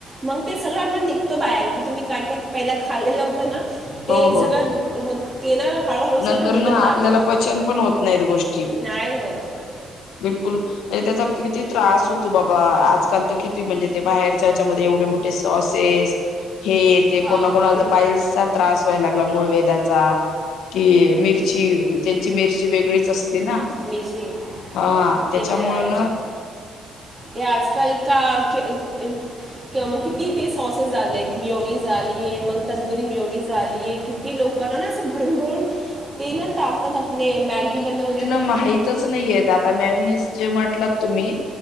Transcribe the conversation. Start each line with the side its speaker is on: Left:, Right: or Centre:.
Right: मग ते सगळं आपण निघतो बाहेर की तुम्ही काय काय पहि खाल लं होत ना
Left: हो
Right: ते
Left: हो
Right: सगळं हो ते ना हळूहळू सगळं
Left: नंतर
Right: निघत
Left: ना
Right: राहतं
Left: आपल्याला पचन पण होत नाहीत गोष्टी
Right: नाही होत
Left: बिलकुल म्हणजे त्याचा किती त्रास होतो बाबा आजकाल तर किती म्हणजे ते बाहेरच्याच्यामध्येध्ये एवढे मोठे स असे हे ते
Right: हा
Left: कोणा कोणा आला
Right: बिल
Left: तर पायल्सचा त्रास व्हायला लागला मूळ वेधचा कि मिरची त्यांची मिरची वेगळीच असते ना
Right: मिशी
Left: हा त्याच्यामुळं
Right: ते तर आहेच ते आजकाल का किंवा मग किती ते सॉसेस झाले आहेत मिळवणी झालीय आहे मग तंदुरी मिळवणी झालीय किती लोक ण ना असं भरून भरून ते ना टाकतात आपले मॅगी बनवली तर
Left: माहच नाही द जे म्हटल तुम्ही